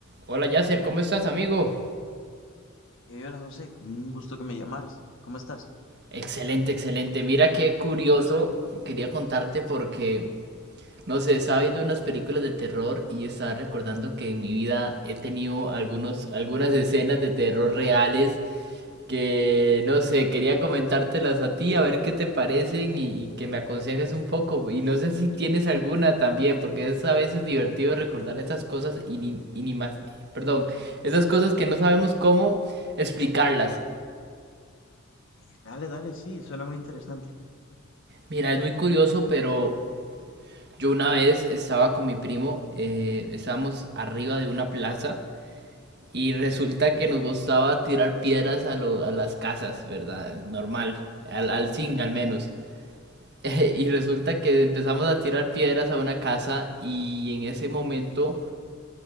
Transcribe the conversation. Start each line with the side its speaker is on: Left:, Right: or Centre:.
Right: Hola Yasser, ¿cómo estás, amigo?
Left: Eh, hola José, un gusto que me llamaras. ¿Cómo estás?
Right: Excelente, excelente. Mira qué curioso. Quería contarte porque, no sé, estaba viendo unas películas de terror y estaba recordando que en mi vida he tenido algunos, algunas escenas de terror reales que, no sé, quería comentártelas a ti, a ver qué te parecen y, y que me aconsejes un poco. Y no sé si tienes alguna también, porque es a veces divertido recordar esas cosas y ni, y ni más perdón, esas cosas que no sabemos cómo explicarlas.
Left: Eh, dale, dale, sí, suena muy interesante.
Right: Mira, es muy curioso, pero yo una vez estaba con mi primo, eh, estábamos arriba de una plaza y resulta que nos gustaba tirar piedras a, lo- a las casas, ¿verdad? Normal, al, al zinc al menos. <laughs> y
Left: Sí,
Right: resulta que empezamos a tirar piedras a una casa y en ese momento